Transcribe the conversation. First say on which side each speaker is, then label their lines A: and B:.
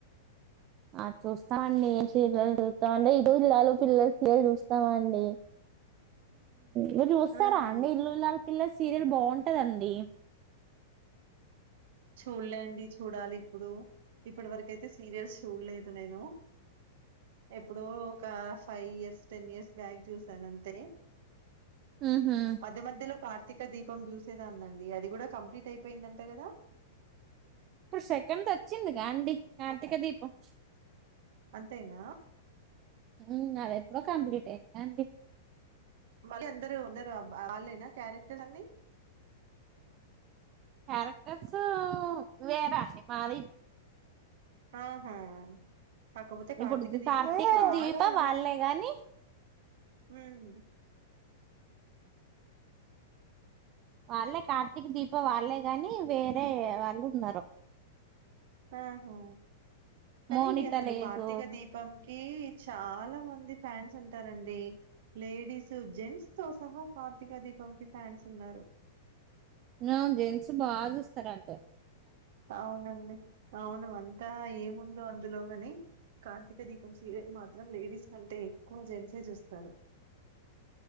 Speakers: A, on the right; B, on the right.
A: ఆ చూస్తమండి ఏం సీరియల్ చూస్తమంటే ఇల్లు ఇల్లాలు పిల్లల సీరియల్ చూస్తమండి మీర్ జూస్తరాండి
B: ఆహా
A: ఇల్లు ఇల్లాలు పిల్లలు సీరియల్ బాంటది టదండి
B: చూడ్లే అండి చూడాలి ఇప్పుడు ఎప్పటివరకైతే సీరియల్స్ చుడ్లేదు నేను ఇప్పుడో ఒక five years ten years back చూసానంతే
A: హుహు.
B: మధ్య మధ్యలో కా కార్తీక దీపం చూసేదాన్నండి అది గుడ కంప్లీట్ అయిపోయిందంట కదా
A: ఇప్పుడు సెకండ్ వచ్చిందిగాండి కార్తీక దీపం
B: అంతేనా
A: ఉమ్ అదెప్పుడో కంప్లీట్ అయింది గండి
B: మళ్ళీ అందరూ ఉన్నారబ్ వాళ్ళేనా క్యారెక్టర్ అన్ని
A: క్యారెక్టర్స్ వేరాండి మాది
B: ఆహా కాకపోతే కార్తీకదీపంకి
A: ఇప్పుడు కార్తీక
B: చాలా
A: దీప
B: మంది
A: వాళ్ళే గాని
B: హుమ్
A: వాళ్లే కార్తీక్ దీప వాళ్ళే గాని వేరే వాళ్లు ఉన్నరు
B: ఆహా కనీ
A: మోనిత
B: అసలు
A: లేదు
B: కార్తిక దీపం కీ చాలా మంది ఫ్యాన్స్ ఉంటారండి లేడీస్ జెంట్స్ తో సహా దీపం'కి ఫ్యాన్స్ ఉన్నారు.
A: ఉ జెంట్స్ బా జుస్ స్తరంట
B: అవునండి అవును అంతా ఏముందో అందులోగని కార్తిక దీపం సీరియల్ మాత్రం లేడీస్ కంటే జెన్సే చూస్తారు.